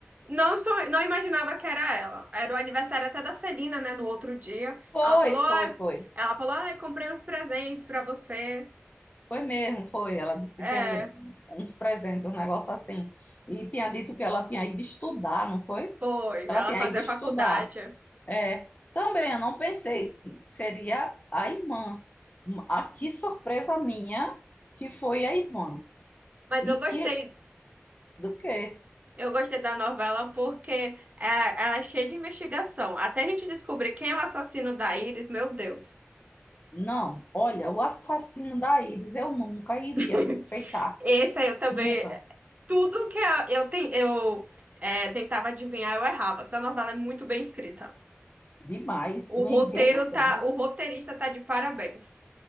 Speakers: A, on the right; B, on the left.
A: Não, só, não imaginava que era ela. Era o aniversário até da Celina, né? No outro dia.
B: Foi,
A: Ela falou,
B: foi,
A: ai,
B: foi.
A: ela falou, ai, comprei uns presentes pra você.
B: Foi mesmo, foi. Ela disse que
A: É,
B: tinha anda- uns presentes, um negócio assim. E tinha dito que ela tinha ido estudar, não foi?
A: foi.
B: Ela
A: Ela
B: tinha
A: fazia
B: ido estudar.
A: faculdade.
B: É, também, eu não pensei que seria a irmã. Ah, que surpresa minha que foi a irmã.
A: Mas
B: E
A: eu
B: que,
A: gostei,
B: do quê?
A: eu gostei da novela porque é, ela é cheia de investigação. Até a gente descobrir quem é o assassino da Iris, meu Deus.
B: Não, olha, o assassino da Iris eu nunca iria
A: <laughs>
B: suspeitar.
A: Esse aí eu também.
B: Nunca.
A: Tudo que eu, eu, ten- eu, é, tentava adivinhar, eu errava. Essa novela é muito bem escrita.
B: Demais,
A: O
B: o
A: roteiro
B: enredo dela.
A: tá, o roteirista tá de parabéns.